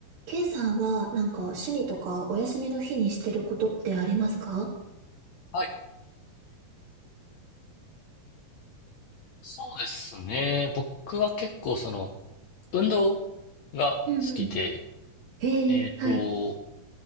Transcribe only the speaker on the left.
はい、そうですね。僕は結構その運動が好きで、
えっと、